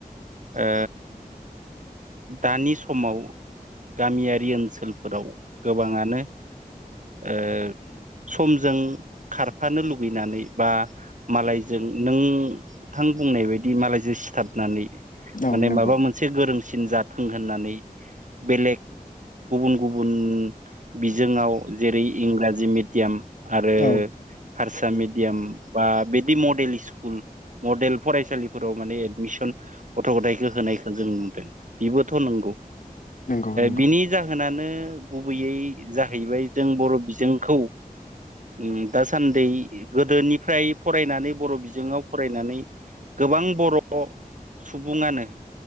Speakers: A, on the right; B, on the left.
A: ओ दानि समाव गामियारि ओनसोलफोराव गोबाङानो ओ समजों खारफानो लु लुबैनानै बा मालायजों नोंथां बुंनाय बायदि मालायजों सिथाबनानै
B: औ
A: माने
B: नंगौ
A: माबा मोनसे गोरोंसिन जाथों होननानै बेलेग गुबुन गुबुन बिजोङाव जेरै इंराजि मेडियाम आरो
B: औ
A: हारसा मेडियाम बा बिदि मडेल स्कुल मडेल फरायसालिफोराव माने एडमिसन गथ' गथायखौ होनायखौ जों नुदों बेबोथ' नंगौ
B: नंगौ नंगौ
A: बिनि जाहोनानो, गुबैयै जाहैबाय जों बर' बिजोंखौ उम दासान्दि गोदोनिफ्राय फरायनानै बर' बिजोङाव फरायनानै, गोबां बर' सुबुङानो